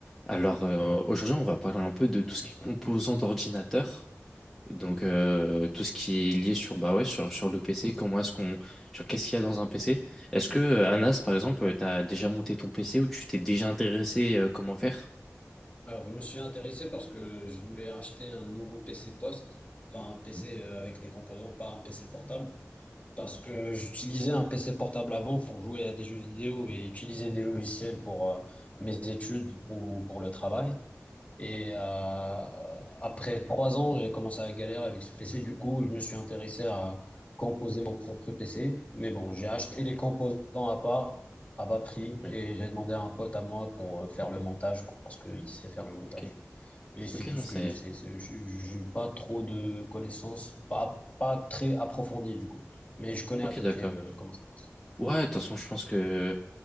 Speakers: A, in the centre; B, on the left (about 25°).
A: Alors euh, aujourd'hui, on va parler un peu de tout ce qui est composants d'ordinateur. Donc
B: Mhm.
A: euh, tout ce qui est lié sur bah ouais sur, sur le PC, comment est-ce qu'on sur qu'est-ce qu'il y a dans un PC? Est-ce que euh, Anas par exemple, tu as déjà monté ton PC ou tu t'es déjà intéressé euh, comment faire?
B: Alors, je me suis intéressé parce que je voulais acheter un nouveau PC post, enfin un PC
A: Mhm.
B: avec des composants, pas un PC portable, parce que j'utilisais un PC portable avant pour jouer à des jeux vidéo et utiliser des logiciels pour euh, mes études ou pour le travail. Et
A: Ok,
B: euh, après trois ans, j'ai commencé à galérer avec ce PC. Du coup, je me suis intéressé à composer mon propre PC. Mais bon, j'ai acheté
A: ok.
B: les composants à part, à bas prix,
A: Oui.
B: et j'ai demandé à un pote à moi pour euh, faire le montage, parce qu'il sait faire le montage.
A: Ok.
B: Mais c'est
A: Ok,
B: tout
A: non,
B: ce
A: c'est
B: que je sais. C'est- j- J'ai pas trop de connaissances, pas, pas très approfondies du coup. Mais je connais
A: OK,
B: à peu
A: d'accord.
B: près euh, comment ça passe.
A: Ouais, de toute façon, je pense que